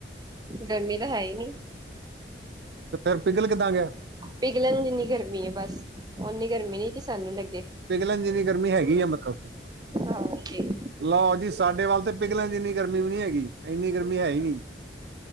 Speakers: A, on the right; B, on the right.
A: ਗਰਮੀ ਤਾਂ ਹੈ ਹੀ ਨੀ।
B: ਤੇ ਫਿਰ ਪਿਘਲ ਕਿੱਦਾਂ ਗਿਆ
A: ਪਿਘਲ ਜਿੰਨੀ ਗਰਮੀ ਹੈ ਬਸ ਓਨੀ ਗਰਮੀ ਨੀ ਕਿ ਸਾਨੂੰ ਲੱਗੀ।
B: ਪਿਘਲਣ ਜਿੰਨੀ ਗਰਮੀ ਹੈਗੀ ਆ ਮਤਲਬ
A: ਹਾਂਜੀ
B: ਲਓ ਜੀ। ਸਾਡੇ ਵੱਲ ਤੇ ਪਿਘਲਣ ਜਿੰਨੀ ਗਰਮੀ ਵੀ ਨਹੀਂ ਹੈਗੀ ਇੰਨੀ ਗਰਮੀ ਹੈ ਹੀ ਨੀ।